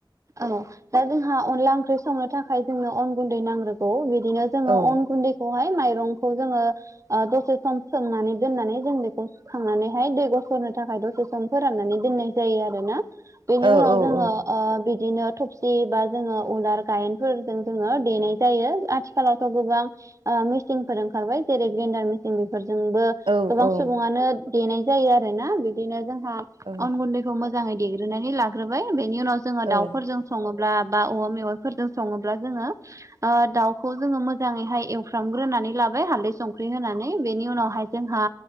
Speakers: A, on the right; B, on the right.
A: औ दा जोंहा अनला ओंख्रि संनो थाखाय जोंनो अन गुन्दै नांग्रोगौ बिदिनो जोङो
B: औ
A: अन गुन्दैखौहाय माइरंखौ जोङो ओ दसे सम सोमनानै दोननानै जों बेखौ थांनानैहाय दै गसरनो थाखाय दसे सम फोराननानै दोननाय जायो आरो ना बेनि उनाव
B: औ औ
A: जोङो
B: औ
A: ओ बिदिनो थबसि बा जोङो उलार गायेनफोरजों जोङो देनाय जायो आथिखाल खालावथ' गोबां ओ मिसीनफोरजों खारबाय जेरै ग्रेन्डार मेसिन बेफोरजोंबो
B: औ औ
A: गोबां
B: औ
A: सुबुङानो देनाय जायो आरो ना बिदिनो जोंहा
B: औ औ
A: अन गुन्दै खौ मोजाङै देग्रोनानै लाग्रोबाय बेनि उनाव जोङो
B: औ
A: दाउफोरजों सङोब्ला बा औवा मेवाइफोरजों सङोब्ला जोङो ओ दाउखौ जोङो मोजाङैहाय एवफ्रामग्रोनानै लाबो हाल्दै संख्रि होनानै बेनि उनावहाय जोंहा